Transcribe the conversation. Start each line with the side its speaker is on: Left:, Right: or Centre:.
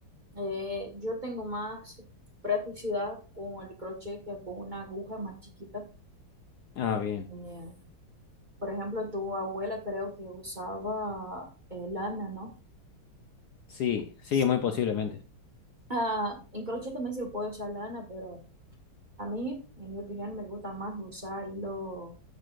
Right: Eh, yo tengo más practicidad con el crochet que con una aguja más chiquita.
Left: Ah, bien.
Right: Eh, por ejemplo, tu abuela creo que usaba eh, lana, ¿no?
Left: Sí, sí,
Right: Sí.
Left: muy posiblemente.
Right: Ah, en crochet también se puede usar lana, pero A mí, en mi opinión, me gusta más usar hilo